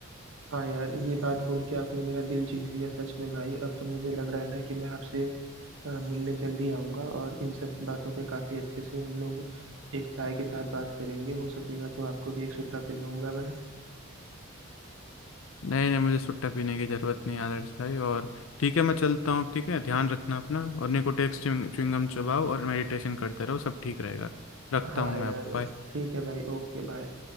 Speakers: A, on the right (about 70°); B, on the left (about 75°).
A: हाँ यार ये बात बोल के आपने मेरा दिल जीत लिया सच में भाई अब तो मुझे लग रहा है ना कि मैं आपसे अ, मिलने जल्दी आऊंगा और इन सब बातों पे काफी अच्छे से हम लोग एक चाय के साथ बात करेंगे हो सकेगा तो आपको भी एक सुपड़ा पिलाऊंगा मैं
B: नहीं नहीं मुझे सुट्टा पीने की ज़रूरत नहीं आदर्श भाई और ठीक है मैं चलता हूँ ठीक है ध्यान रखना अपना और निकोटेक्स च्युइंगम चबाओ और मेडिटेशन करते रहो सब ठीक रहेगा रखता
A: हाँ
B: हूँ मैं
A: यार
B: अब Bye।
A: ठीक है भाई ओके बाय